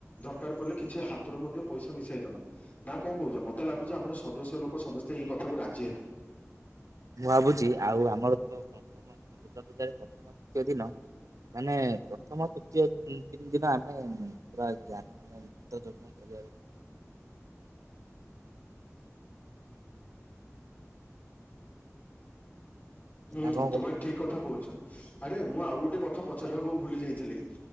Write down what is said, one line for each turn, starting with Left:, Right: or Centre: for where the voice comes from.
Left: ଦରକାର ପଡ଼ିଲେ କିଛି ହାତରୁ ମଧ୍ୟ ପଇସା ମିଶାଇଦବା ନା କଣ କହୁଛ ମତେ ଲାଗୁଛି ଆମର ସଦସ୍ୟ ଲୋକ ସମସ୍ତେ ଏଇ କଥାକୁ ରାଜି ହେଇଥାଏ।
Right: ମୁଁ ଭାବୁଛି ଆଉ ଆମର ଯୋଉ ପ୍ରଥମ ଦୁର୍ଗା ପୂଜାରେ ପ୍ରଥମ ତୃତୀୟ ଦିନ ମାନେ ପ୍ରଥମ ତୃତୀୟ ତିନି ଦିନ ଆମେ ପୁରା ମାନେ ଗୀତ। <unintelligible> ନା
Left: ହୁଁ
Right: କଣ କହୁଚୁ?
Left: ତୁମେ ଠିକ କଥା କହୁଛ। ଆରେ ମୁଁ ଆଉ ଗୋଟେ କଥା ପଚାରିବାକୁ ଭୁଲି ଯାଇଥିଲି